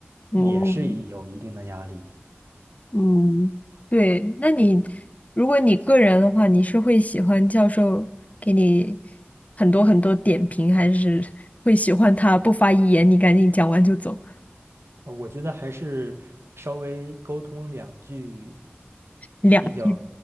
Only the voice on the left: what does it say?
嗯，
嗯，对，那你如果你个人的话，你是会喜欢教授给你很多很多点评，还是会喜欢他不发一言，你赶紧讲完就走，
两句，